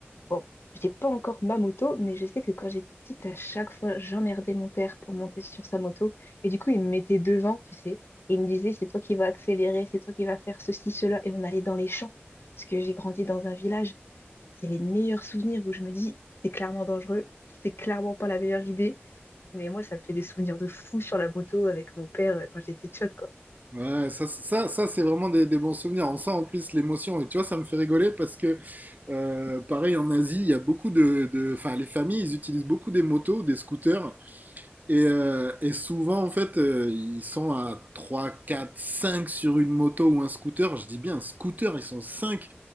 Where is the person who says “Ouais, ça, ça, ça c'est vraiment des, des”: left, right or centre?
Right